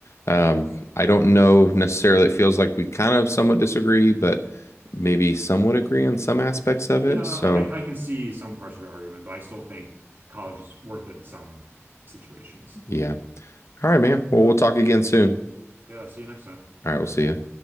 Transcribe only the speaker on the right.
Yeah, I,
I can see some parts of your argument, but I still think college is worth it in some situations.
Yeah, see you next time.